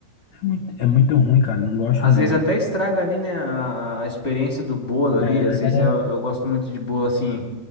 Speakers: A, on the left; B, on the left.
A: muito, é muito ruim, cara. Não gosto,
B: Às
A: não.
B: vezes até
A: Eu-
B: estraga ali, né, a, a experiência do bolo ali.
A: é,
B: Às vezes eu, eu gosto muito de bolo assim